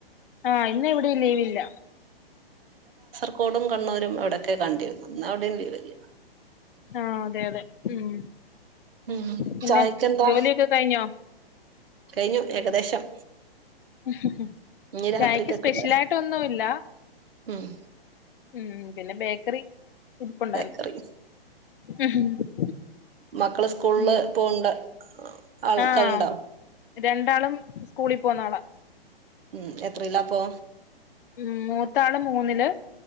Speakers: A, on the left; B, on the right.
A: ആ ഇന്ന് എവിടെയും ലീവില്ല.
B: ക്കോടും കണ്ണൂരും എവിടെക്കെ കണ്ടിരുന്നു. ഇന്ന് അവിടേയും ലീവില്ല.
A: ആഹ് അതെ അതെ ഉം
B: ഉം
A: പിന്നെ
B: ചായക്കെന്താ
A: ജോലിയൊക്കെ കഴിഞ്ഞോ?
B: കഴിഞ്ഞു ഏകദേശം
A: ഹ് ഹ് ഹ്ചായക്ക്
B: ഇനി രാത്രിക്കൊക്കുള്ള
A: സ്പെഷ്യലായിട്ട് ഒന്നുല്ല
B: ഉം
A: ഉം പിന്നെ ബേക്കറി ഇരിപ്പുണ്ടായി
B: ബേക്കറി
A: <unintelligible> ഉം
B: മക്കള് സ്കൂള്
A: ഉം
B: ള്പോഹ്ണ്ട് ഹ ആൾക്കൽണ്ടാ
A: ആഹ് രണ്ടാളും സ്കൂളിൽ പോണാളാ
B: ഉം എത്രയിലാപ്പോ
A: ഉ മൂത്താള് മൂന്നില്